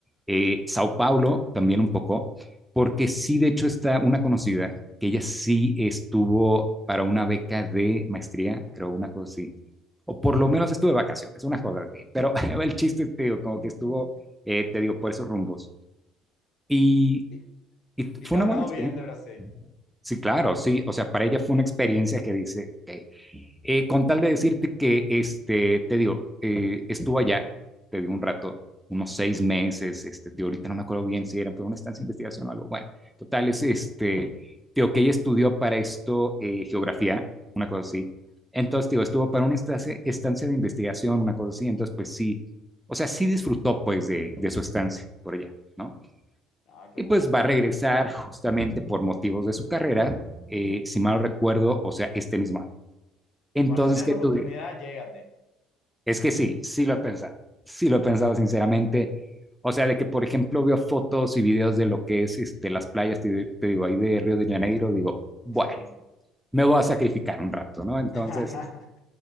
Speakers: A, in the centre; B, on the left.
A: eh, Sao Paulo también un poco, porque sí, de hecho, está una conocida que ella sí estuvo para una beca de maestría, creo, una cosa así, o por lo menos estuvo de vacaciones, una cosa así, pero <laughs> el chiste, te digo, como que estuvo, eh, te digo, por esos rumbos. Y,
B: Y,
A: y
B: y
A: fue
B: te he
A: una
B: hablado
A: buena experiencia.
B: bien de Brasil.
A: Sí, claro, sí, o sea, para ella fue una experiencia que dice, ok, eh, con tal de decirte que, este, te digo, eh, estuvo allá, te digo un rato, unos seis meses, este, tío, ahorita no me acuerdo bien si era por una estancia de investigación o algo, bueno, total, es este, tío, que ella estudió para esto eh, geografía, una cosa así, entonces, tío, estuvo para una estancia, estancia de investigación, una cosa así, entonces, pues sí, o sea, sí disfrutó, pues, de, de su estancia por allá, ¿no?
B: Ah, qué
A: Y
B: bueno.
A: pues va a regresar justamente por motivos de su carrera, eh, si mal no recuerdo, o sea, este mismo año. Entonces,
B: Bueno, si tienes
A: ¿qué,
B: la
A: tú
B: oportunidad, llégate.
A: es que sí, sí lo he pensado, sí lo he pensado sinceramente. O sea, de que, por ejemplo, veo fotos y videos de lo que es este, las playas, te, te digo, ahí de Río de Janeiro, digo, bueno,
B: Sí.
A: me voy a sacrificar un rato, ¿no? Entonces,
B: <laughs>